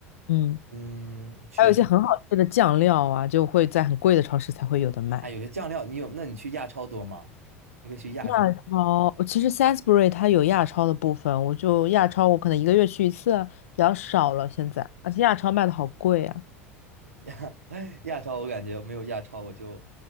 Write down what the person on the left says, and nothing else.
嗯，
还有一些很好吃的酱料啊，就会在很贵的超市才会有的卖。
亚超，我其实 Sainsbury 它有亚超的部分，我就亚超我可能一个月去一次啊，比较少了现在，而且亚超卖的好贵啊。